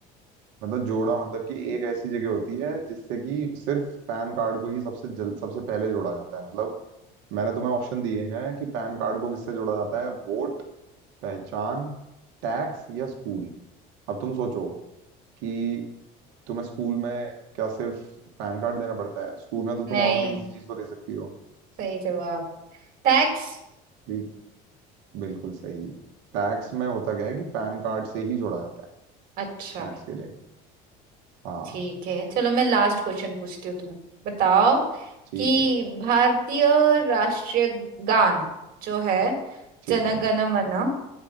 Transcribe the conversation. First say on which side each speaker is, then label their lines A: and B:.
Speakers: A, on the right; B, on the right.
A: मतलब जोड़ा मतलब कि एक ऐसी जगह होती है जिससे कि सिर्फ पैन कार्ड को ही सबसे जल, सबसे पहले जोड़ा जाता है मतलब मैंने तुम्हें ऑप्शन दिए हैं कि पैन कार्ड को किससे जोड़ा जाता है वोट पहचान टैक्स या स्कूल अब तुम सोचो कि तुम्हें स्कूल में क्या सिर्फ पैन कार्ड देना पड़ता है स्कूल में तो तुम
B: नहीं
A: और भी किसी चीज को दे सकती हो
B: सही जवाब टैक्स
A: जी बिल्कुल सही टैक्स में होता क्या है कि पैन कार्ड से ही जोड़ा जाता है
B: अच्छा
A: टैक्स के लिए हाँ
B: ठीक है चलो मैं लास्ट क्वेश्चन पूछती हूँ तुम बताओ
A: ठीक
B: कि
A: है
B: भारतीय राष्ट्रीय गान जो है
A: ठीक
B: जन
A: है
B: गण मन